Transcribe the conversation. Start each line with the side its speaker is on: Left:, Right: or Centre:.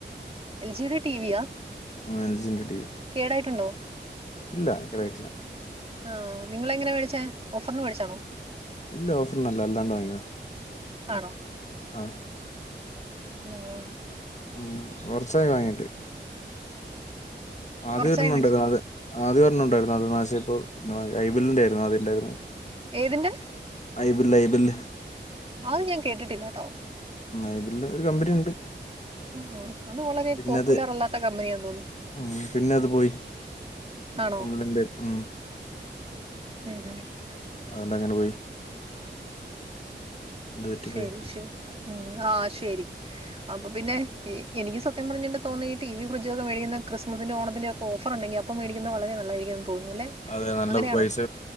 Right: L G D T V യാ?
Left: ആ എൽ ജിന്റെ
Right: കേടായിട്ടൊണ്ടോ?
Left: ഇല്ല കോടായിട്ടില്ല
Right: ആ നിങ്ങളെങ്ങനാ മേടിച്ചേ ഓഫറിന് മേടിച്ചാണോ
Left: ഇല്ല ഓഫറിനല്ല അല്ലാണ്ട് വാങ്ങിതാ
Right: ആണോ?
Left: ആഹ്
Right: <unintelligible>
Left: ഉം കൊറച്ചായി വാങ്ങീട്ട് ആദ്യ
Right: കുറച്ചായി
Left: <unintelligible>
Right: മേടിച്ചു
Left: ആദ്യരോണ്ണം ണ്ടായിരുന്നു അത് നാഷായിപ്പോ ഐ ബെൽന്റെ ആയിരുന്നു ആദ്യം ഇണ്ടായിരുന്നെ.
Right: ഏതിന്റെ?
Left: ഐ ബിൽ ഐ ബിൽ
Right: അത് ഞാൻ കേട്ടിട്ടില്ല ട്ടോ
Left: ഐ ബിൽന്റെ ഒരു കമ്പനി ഉണ്ട്
Right: ആ അത് വളരെ
Left: പിന്നെ
Right: പോപ്പുലർ
Left: അത്
Right: അല്ലാത്ത കമ്പനിയാന്ന് തോന്നുന്നു
Left: ഉം പിന്നെ അത് പോയി
Right: ആണോ
Left: കംപ്ലൈന്റ് ആയി. ഉം
Right: ഉം ഹും
Left: അതുകൊണ്ട് അങ്ങനെ പോയി എന്ത് പറ്റിപ്പോയി
Right: ശരി ശെ ഉ ആഹ് ശരി അപ്പൊ പിന്നെ എനിക്ക് സത്യം പറഞ്ഞിട്ട് തോന്നി ടി വി ഫ്രിഡ്ജ് ഒക്കെ മേടിക്കുന്ന ക്രിസ്മസിന്റെ ഓണത്തിന്റെ ഒക്കെ ഓഫർ ഉണ്ടെങ്കി അപ്പ മേിക്കുന്ന വളരെ നല്ലായിരിക്കും തോന്നുലെ
Left: അതെ നല്ല
Right: അങ്ങനെയാണോ
Left: പൈസ